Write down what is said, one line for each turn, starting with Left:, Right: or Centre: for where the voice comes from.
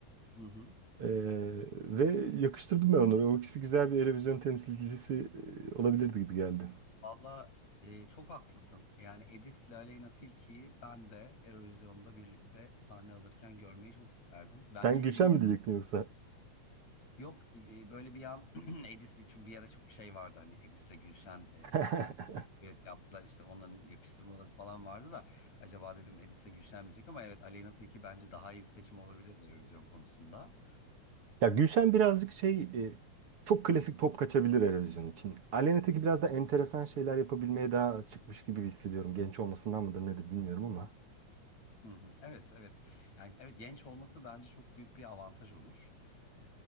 Left: Hı hı.
Right: Ee, ve yakıştırdım ben onları. O ikisi güzel bir Eurovision temsilcisi e, olabilirdi gibi geldi.
Left: Valla e, çok haklısın. Yani Edis'le Aleyna Tilki'yi ben de Eurovision'da birlikte sahne alırken görmeyi çok isterdim. Bence
Right: Sen Gülşen
Left: iyiydi.
Right: mi diyecektin yoksa?
Left: Yok e, böyle bir an <clears throat> Edis'le için bir ara çok şey vardı hani Edis'le Gülşen e,
Right: <laughs>
Left: evet yaptılar işte onların yakıştırmaları falan vardı da acaba dedim Edis'le Gülşen mi diyecek ama evet Aleyna Tilki bence daha iyi bir seçim olabilirdi Eurovision konusunda.
Right: Ya Gülşen birazcık şey e, çok klasik pop kaçabilir Eurovision için. Aleyna Tilki biraz da enteresan şeyler yapabilmeye daha çıkmış gibi hissediyorum. Genç olmasından mıdır nedir bilmiyorum ama.
Left: Hı hı. Evet, evet. Yani evet genç olması bence çok büyük bir avantaj olur. Ee,